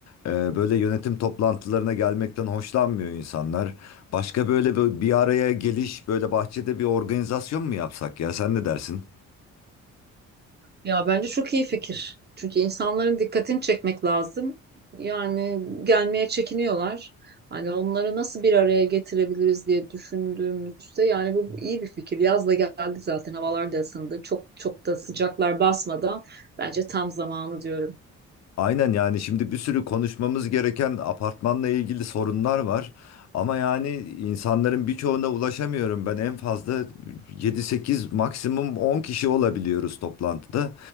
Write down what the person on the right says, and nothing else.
Ya bence çok iyi fikir. Çünkü insanların dikkatini çekmek lazım. Yani gelmeye çekiniyorlar. Hani onları nasıl bir araya getirebiliriz diye düşündüğümüzde yani bu iyi bir fikir. Yaz da geldi zaten havalar da ısındı. Çok çok da sıcaklar basmadan bence tam zamanı diyorum.